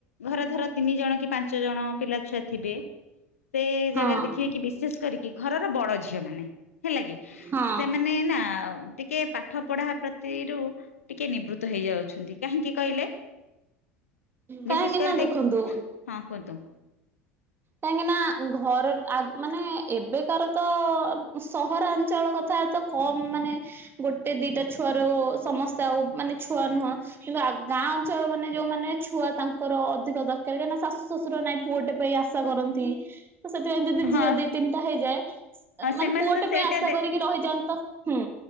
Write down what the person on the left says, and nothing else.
ଘରେ ଧର ତିନି ଜଣକି ପାଞ୍ଚ ଜଣ ପିଲାଛୁଆ ଥିବେ ସେ
ଜାଗାରେ ଦେଖିବେ କିି ବିଶେଷ କରିକି ଘରର ବଡ଼ ଝିଅ ମାନ ହେଲାକି
ସେମାନେନା ଟିକେ ପାଠ ପଢା ପ୍ରତି ସ୍ ର ଟିକେ ନିବୃତ୍ତ ହେଇଯାଉଛନ୍ତି। କାହିଁକି କହିଲେ
ବିଶେଷକରି
ଦେଖ
ହଁ କୁହନ୍ତୁ?
ହଁ
ହଁ
ସେମାନେ
ତ ସେଇଟା
ଦେ